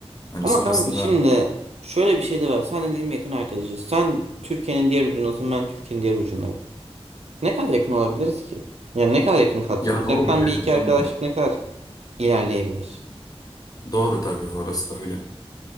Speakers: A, on the left; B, on the right.
A: Hani
B: Ama
A: sonrasında
B: kanka şimdi şöyle bir şey de var. Sen dediğim yakın arkadaşız. Sen Türkiye'nin diğer ucundasın, ben Türkiye'nin diğer ucundayım. Ne kadar yakın olabiliriz ki? Yani ne kadar yakın kalacağız?
A: ya doğru
B: Uzaktan
A: evet
B: bir iki
A: tamam.
B: arkadaşlık ne kadar ilerleyebilir?
A: Doğru tabii orası da öyle.